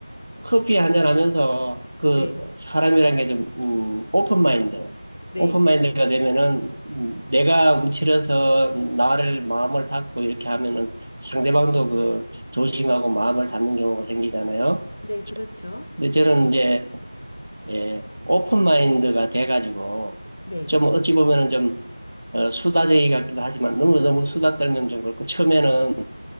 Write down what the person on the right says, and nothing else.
커피 한잔 하면서 그
사람이란 게 좀, 음, 오픈 마인드,
오픈 마인드가 되면은 음, 내가 움츠려서 나를 마음을 닫고 이렇게 하면은 상대방도 그 조심하고 마음을 닫는 경우가 생기잖아요.
근데 저는 이제 예, 오픈 마인드가 돼가지고,
좀 어찌 보면은 좀, 어, 수다쟁이 같기도 하지만, 너무 너무 수다 떨면 좀 그렇고, 처음에는,